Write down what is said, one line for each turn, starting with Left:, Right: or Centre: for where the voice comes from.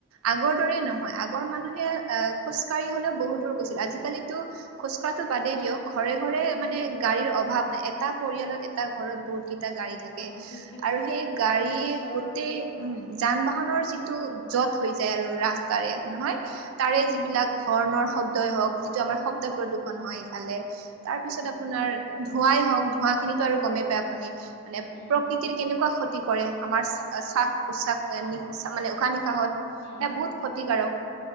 Right: আগৰ দৰে
Left: হয়।
Right: নহয়। আগ আগৰ মানুহে আহ খোজকঢ়ি হ'লেও বহুত দূৰ গৈছিল। আজিকালিতো খোজকঢ়াটো বাদেই দিয়ক <unintelligible> ঘৰে-ঘৰে
Left: অ' ঠিক
Right: মানে গাড়ীৰ অভাৱ নাই। এটা পৰিয়ালত, এটা ঘৰত, বহুত কেইটা গাড়ী থা <unintelligible> থাকে।
Left: হয়, ঠিকে কৈছে।
Right: আৰু সেই গাড়ীয়ে
Left: ওচৰৰ
Right: গোটেই উম
Left: অ'
Right: <unintelligible> যান-বাহনৰ যিটো যত হৈ যায় আৰু ৰাস্তাৰে, নহয়? <unintelligible> তাৰে
Left: হয়।
Right: যিবিলাক হৰ্ণৰ শব্দই হওক, যিটো আমাৰ শব্দ প্ৰদূষণ হয় ইফালে। <unintelligible> তাৰপিছত
Left: উম,
Right: আপোনাৰ ধোঁৱাই হওক, ধোঁৱাখিনিতো আৰু গমেই পায় আপুনি, মানে প্ৰকৃ <unintelligible>
Left: উম,
Right: প্ৰকৃতিৰ কেনেকুৱা ক্ষতি কৰে। আমাৰ <unintelligible> চা, চাহ, নিচা মানে উশাহ-নিশাহত।
Left: উম,
Right: সেই বহুত ক্ষতিকাৰক,